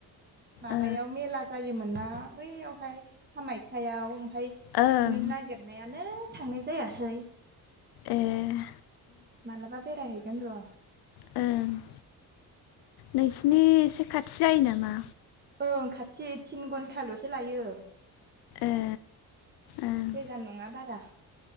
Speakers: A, on the right (about 25°); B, on the left (about 75°).
A: माबायाव
B: ओ
A: मेला जायोमोन ना? बैयावहाय कामाख्याआव ओमफाय
B: ओं
A: थांनो नागिरनायानो थांनाय जायासै।
B: एह।
A: मालाबा बेरायहैगोन र'
B: ओं। नोंसिनि एसे खाथि जायो नामा
A: ओं खाथि थिन घन्टाल'सो लायो
B: ए ओं
A: गोजान नङा बारा